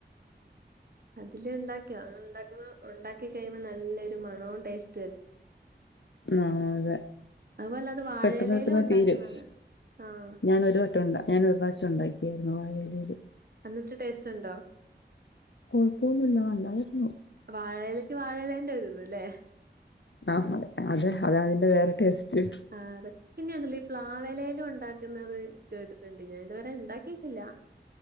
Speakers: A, on the right; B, on the left.
A: അതില് ഇണ്ടാക്കിയ ഉണ്ടാക്കുമ്പം ഉണ്ടാക്കി കഴിയുമ്പോ നല്ലൊരു മണവും ടേസ്
B: ആ അതെ
A: അതുപോലെ അത് വാഴയിലേലും
B: പെട്ടന്ന് പെട്ടന്ന്
A: ഉണ്ടാക്കുന്ന
B: തീരും
A: ആഹ്
B: ഞാനൊരു വട്ടം ഉണ്ടാ ഞാൻ ഒരു പ്രാവശ്യം ഉണ്ടാ ക്കിയിരുന്നു വാഴയിലയില്
A: ന്ന്ട്ട് ടേസ്റ്റ് ഉണ്ടോ
B: കൊഴപ്പൊന്നുല്ല നല്ലത്
A: വാഴയിലക്ക് വാഴയില ൻ്റെ ഒരിത് ലേ
B: ആഹ് അതെ അത അതിന്റെ വേറെ ടേസ്റ്റ്
A: ആ അതെ പിന്നെയുണ്ടല്ലോ ഈ പ്ലാവെലയിലും ഉണ്ടാക്കുന്നത് കേട്ടിട്ട്ണ്ട് ഞാൻ ഇതുവരെ ഇണ്ടാക്കിയിട്ടില്ല